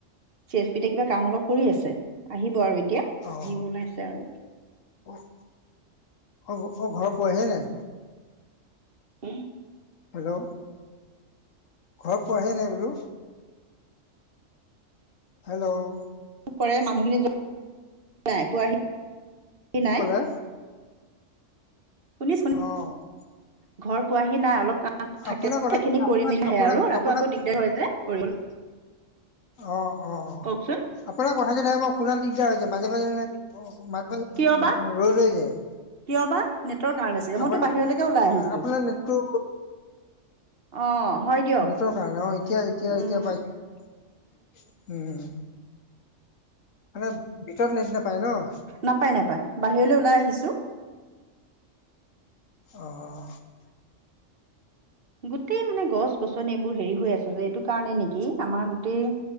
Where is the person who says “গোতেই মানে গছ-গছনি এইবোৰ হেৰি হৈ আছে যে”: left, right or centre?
Right